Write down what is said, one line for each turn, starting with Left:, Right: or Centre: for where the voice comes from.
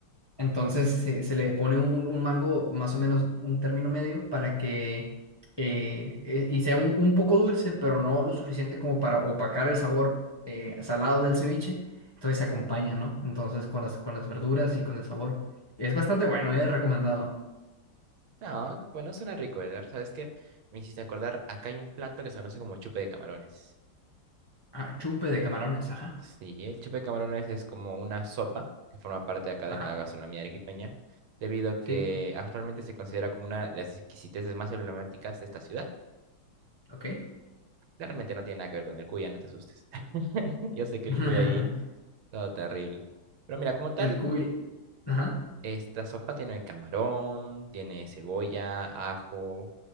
Left: Entonces se, se le pone un, un mango más o menos un término medio para que eh, eh, y sea un, un poco dulce, pero no lo suficiente como para opacar el sabor eh, salado del ceviche. Entonces se acompaña, ¿no? Entonces con las, con las verduras y con el sabor. Es bastante bueno, es recomendado.
Right: No, bueno, suena rico, Edgar. ¿Sabes qué? Me hiciste acordar, acá hay un plato que se conoce como chupe de camarones.
Left: Ah, chupe de camarones, ajá.
Right: Sí, el chupe de camarones es como una sopa que forma parte acá
Left: Ajá.
Right: de la gastronomía arequipeña, debido a
Left: Sí,
Right: que actualmente se considera como una de las exquisiteces más emblemáticas de esta ciudad.
Left: ok.
Right: Claramente no tiene nada que ver con el cuya, no te asustes. <laughs> Yo sé que
Left: <laughs>
Right: el cuya ahí, todo terrible. Pero mira, como tal,
Left: El cuy. Ajá.
Right: Esta sopa tiene camarón, tiene cebolla, ajo,